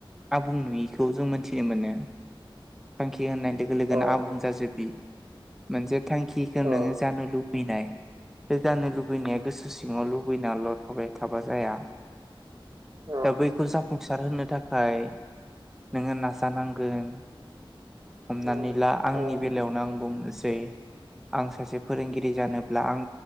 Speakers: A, in the centre; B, on the right.
A: आबुं नुयिखौ जों मोनथिनो मोनो थांखि होननाय लोगो लोगोनो
B: औ
A: आंबुं जाजोबि मोनसे थांखिखो
B: औ
A: नोङो जानो लुबै <unintelligible> नाय गोदानो लुबैनाया गोसो सिङाव लुबैनाल' थाबाय थाबा जाया
B: औ
A: दा बैखौ जाफुं सार होनोनो थाखाय नोङो नाजानांगोन हमनानै
B: औ
A: ला आंनि
B: औ
A: बेलायावनो आं बुनोसै आं सासे फोरोंगिरि गिरि जानोब्ला आं